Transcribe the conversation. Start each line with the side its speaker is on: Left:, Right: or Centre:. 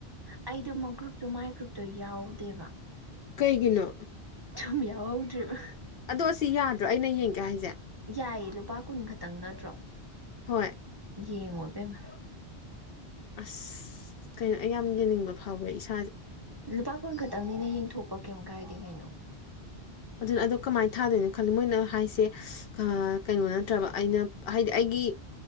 Right: ꯑꯩꯗꯨ ꯒ꯭ꯔꯨꯞꯇꯣ ꯃꯥꯏ ꯒ꯭ꯔꯨꯞꯇꯣ ꯌꯥꯎꯗꯦꯕ
Left: ꯀꯩꯒꯤꯅꯣ
Right: ꯁꯨꯝ ꯌꯥꯎꯍꯧꯗ꯭ꯔꯤꯕ
Left: ꯑꯗꯣ ꯑꯁꯤ ꯌꯥꯗ꯭ꯔꯣ ꯑꯩꯅ ꯌꯦꯡꯒꯦ ꯍꯥꯏꯁꯦ
Right: ꯌꯥꯏꯌꯦ ꯂꯨꯄꯥ ꯀꯨꯟ ꯈꯛꯇꯪ ꯅꯠꯇ꯭ꯔꯣ
Left: ꯍꯣꯏ
Right: ꯌꯦꯡꯉꯣ ꯏꯕꯦꯝꯃ
Left: ꯑꯁ ꯀꯩꯅꯣ ꯑꯩ ꯌꯥꯝ ꯌꯦꯡꯅꯤꯡꯕ ꯐꯥꯎꯋꯦ ꯏꯁꯥꯁꯦ
Right: ꯂꯨꯄꯥ ꯀꯨꯟ ꯈꯛꯇꯪꯅꯤꯅ ꯌꯦꯡꯊꯣꯛꯄ ꯀꯦꯝ ꯀꯥꯏꯗꯦ ꯀꯩꯅꯣ
Left: ꯑꯗꯨꯅ ꯑꯗꯣ ꯀꯃꯥꯏꯅ ꯊꯥꯗꯣꯏꯅꯣ ꯈꯜꯂꯤ ꯃꯣꯏꯅ ꯍꯥꯏꯁꯦ ꯑ ꯀꯩꯅꯣ ꯅꯠꯇ꯭ꯔꯕ ꯑꯩꯅ ꯍꯥꯏꯗꯤ ꯑꯩꯒꯤ